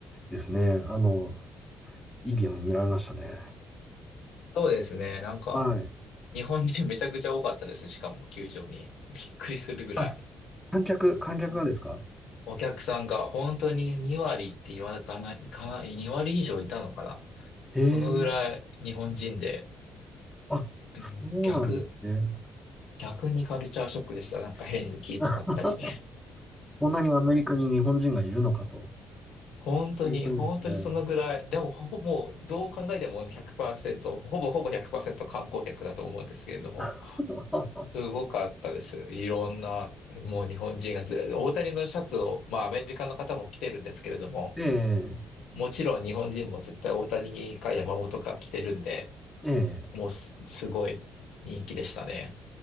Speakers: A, in the centre; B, on the left (about 80°).
A: ですね。あの、いいゲーム見られましたね。
B: そうですね。なんか、
A: はい。
B: 日本人めちゃくちゃ多かったです。しかも球場に。びっくりするぐらい。
A: あ、観客、観客がですか
B: おお客さんが本当に2割って言わかない、いかない、2割以上いたのかな。
A: へえ。
B: そのぐらい日本人で、
A: あ、
B: うん逆、
A: そうなんですね。
B: 逆にカルチャーショックでした。なんか変に気使ったり。
A: <laughs> こんなにアメリカに日本人がいるのかと
B: 本当に、
A: いう感じですね。
B: 本当にそのぐらい、でもほぼ、もうどう考えても100%、ほぼほぼ100%観光客だと思うんですけれども、
A: <laughs>
B: すごかったです。いろんな、もう日本人がず、大谷のシャツを、まあアメリカの方も着てるんですけれども、
A: え
B: もちろん日本人も絶対大谷か山本か着てるんで、
A: え、ええ。
B: もうす、すごい人気でしたね。